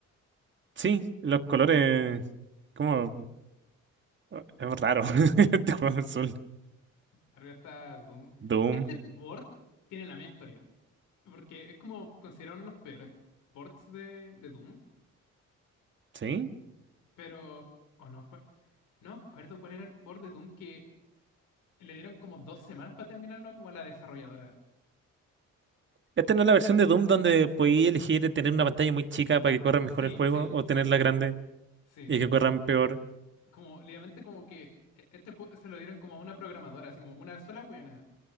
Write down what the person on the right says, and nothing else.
Sí, los colores... Como... oh, Es raro. <laughs> Este juego es Soul.
Doom,
¿sí?
Esta no es la versión de Doom donde podía elegir tener una pantalla muy chica para que corra mejor
el juego
o
tenerla grande
y que corran peor.